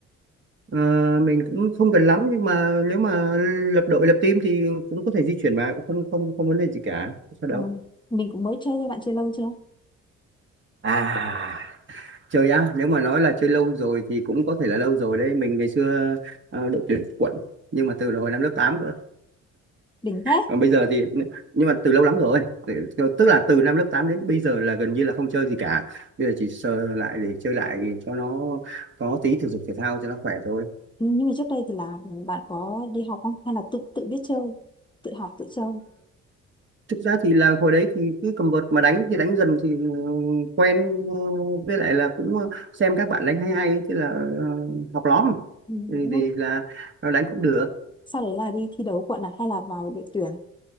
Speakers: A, on the right; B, on the left.
A: À, mình cũng không cần lắm nhưng mà nếu mà lập đội lập team thì cũng có thể di chuyển mà cũng không không không vấn đề gì cả sao đâu
B: Ờ, mình cũng mới chơi thôi bạn chơi lâu chưa
A: À, chơi á nếu mà nói là chơi lâu rồi thì cũng có thể là lâu rồi đấy mình ngày xưa ờ, đội tuyển quận nhưng mà từ hồi năm lớp 8 cơ
B: đỉnh thế
A: còn bây giờ thì nhưng mà từ lâu lắm rồi Từ- tức là từ năm lớp 8 đến bây giờ là gần như là không chơi gì cả bây giờ chỉ sờ lại để chơi lại cho nó có tí thể dục thể thao cho nó khỏe thôi
B: Ừ, nhưng mà trước đây thì là bạn có đi học không hay là tự tự biết chơi tự học tự chơi
A: thực ra thì là hồi đấy thì cứ cầm vợt mà đánh thì đánh dần thì ừ, quen ờ, với lại là cũng ờ, xem các bạn đánh hay hay thế là ờ, học lóm
B: Ừ,
A: thì,
B: nhưng
A: thì là nó đánh cũng được
B: sau đấy là đi thi đấu quận à hay là vào đội tuyển